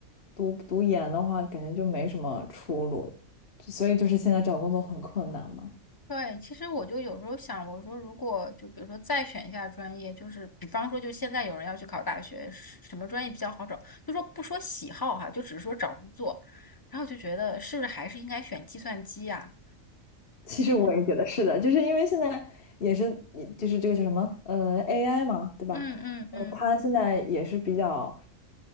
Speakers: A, on the left; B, on the left.
A: 读读研的话，感觉就没什么出路，所以就是现在找工作很困难嘛。
B: 对，其实我就有时候想，我说如果就比如说再选一下专业，就是比方说，就现在有人要去考大学，是什么专业比较好找？就说不说喜好哈，就只是说找工作，然后我就觉得是不是还是应该选计算机呀？
A: 其实我也觉得是的，就是因为现在也是，就是这个叫什么，呃，AI 嘛，对吧？
B: 嗯嗯嗯。
A: 呃，它现在也是比较，